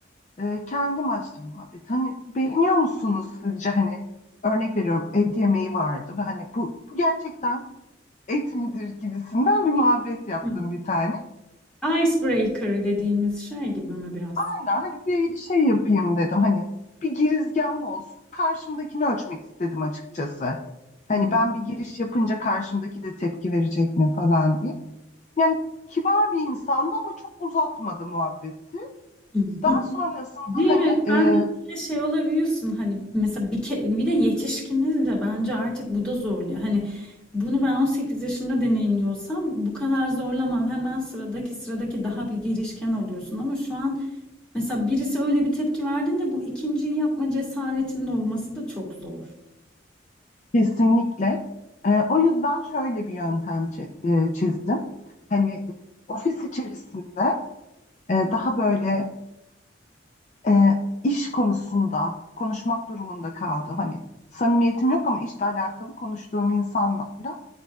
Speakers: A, on the left; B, in the centre.
A: E, kendim açtım muhabbet. Hani beğeniyor musunuz sizce hani örnek veriyorum et yemeği vardı ve hani bu, bu gerçekten et midir gibisinden bir muhabbet yaptım
B: Hı.
A: bir tane.
B: Icebreaker dediğimiz şey gibi mi biraz?
A: Aynen hani bir şey yapayım dedim hani bir girizgahım olsun karşımdakini ölçmek istedim açıkçası. Hani
B: Hı.
A: ben bir giriş yapınca karşımdaki de tepki verecek mi falan diye. Yani kibar bir insandı ama çok uzatmadı muhabbeti.
B: <laughs>
A: Daha sonrasında
B: Değil
A: hani
B: mi? Sen
A: e,
B: de böyle şey olabiliyorsun hani mesela bir, ke- bir de yetişkiniz de bence artık bu da zorluyor. Hani bunu ben 18 yaşında deneyimliyorsam bu kadar zorlamam. Hemen sıradaki sıradaki daha bir girişken oluyorsun ama şu an mesela birisi öyle bir tepki verdiğinde bu ikinciyi yapma cesaretinin olması da çok zor.
A: Kesinlikle. Ee, o yüzden şöyle bir yöntem çi- e, çizdim. Hani e, ofis içerisinde e, daha böyle e, iş konusunda konuşmak durumunda kaldım. Hani samimiyetim yok ama işle alakalı konuştuğum insanlarla